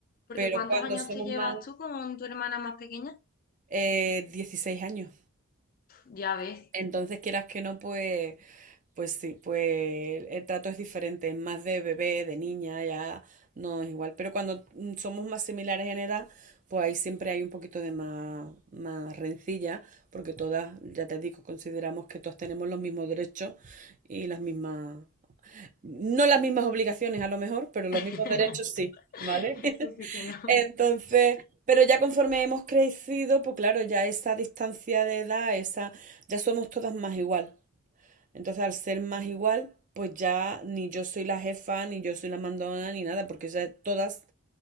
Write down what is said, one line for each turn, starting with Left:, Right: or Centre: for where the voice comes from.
Left: Porque
Right: Pero
Left: ¿cuántos
Right: cuando
Left: años
Right: somos
Left: te llevas
Right: más
Left: tú con tu hermana más pequeña?
Right: eh, 16 años.
Left: Ya ves.
Right: Entonces, quieras que no, pues, pues sí, pues el trato es diferente, es más de bebé, de niña, ya no es igual. Pero cuando mm, somos más similares en edad, pues ahí siempre hay un poquito de más, más rencilla, porque todas, ya te digo, consideramos que todas tenemos los mismos derechos y las mismas, no las mismas obligaciones a lo mejor, pero los
Left: <laughs>
Right: mismos derechos sí, ¿vale?
Left: Eso sí que no.
Right: Entonces, pero ya conforme hemos crecido, pues claro, ya esa distancia de edad, esa, ya somos todas más igual. Entonces, al ser más igual, pues ya ni yo soy la jefa, ni yo soy la mandona, ni nada, porque ya todas